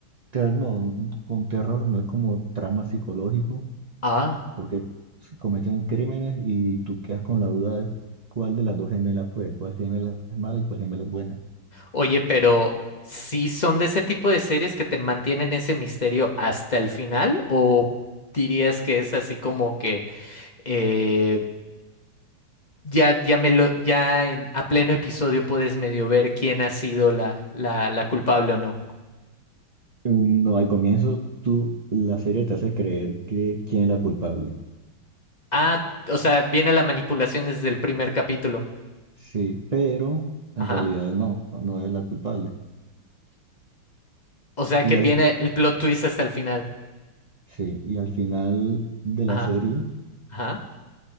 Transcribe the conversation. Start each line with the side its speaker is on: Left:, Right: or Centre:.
Right: ter- no, con terror, no es como trama psicológico,
Left: Ah,
Right: porque si cometen crímenes y tú quedas con la duda de cuál de las dos gemelas fue, cuál gemela es mala y cuál gemela es buena.
Left: oye, pero ¿sí son de ese tipo de series que te mantienen ese misterio hasta el final o dirías que es así como que eh, ya, ya me lo, ya en, a pleno episodio puedes medio ver quién ha sido la, la, la culpable o no.
Right: No, al comienzo tú, la serie te hace creer que quién es la culpable.
Left: Ah, o sea, viene la manipulación desde el primer capítulo.
Right: Sí, pero en
Left: Ajá.
Right: realidad no, no es la culpable.
Left: O sea
Right: Y
Left: que
Right: al,
Left: viene el plot twist hasta el final.
Right: sí, y al final de
Left: Ajá,
Right: la serie,
Left: ajá.